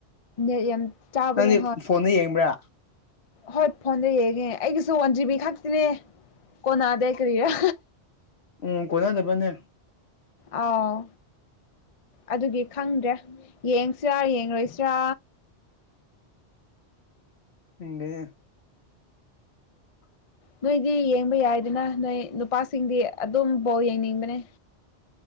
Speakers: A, on the left (about 40°); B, on the left (about 70°).
A: ꯅꯦꯠ ꯌꯥꯝ ꯆꯥꯕꯅꯦ
B: ꯅꯪꯗꯤ ꯐꯣꯟꯗ ꯌꯦꯡꯕ꯭ꯔꯥ
A: ꯍꯣꯏꯠ ꯐꯣꯟꯗ ꯌꯦꯡꯉꯦ ꯑꯩꯒꯤꯁꯨ ꯋꯥꯟ ꯖꯤꯕꯤ ꯈꯛꯇꯤꯅꯦ ꯀꯣꯅꯥꯗꯦ ꯀ꯭ꯔꯔꯤꯌꯥꯟ
B: ꯎꯝ ꯀꯣꯟꯅꯗꯕꯅꯦ
A: ꯑꯥꯎ ꯑꯗꯨꯒꯤ ꯈꯪꯗ꯭ꯔꯦ ꯌꯦꯡꯁꯤꯔꯥ ꯌꯦꯡꯔꯣꯏꯁꯤꯔꯥ
B: ꯈꯪꯗꯦꯍꯦ
A: ꯅꯣꯏꯗꯤ ꯌꯦꯡꯕ ꯌꯥꯏꯗꯅ ꯅꯣꯏ ꯅꯨꯄꯥꯁꯤꯡꯗꯤ ꯑꯗꯨꯝ ꯕꯣꯜ ꯌꯦꯡꯅꯤꯡꯕꯅꯦ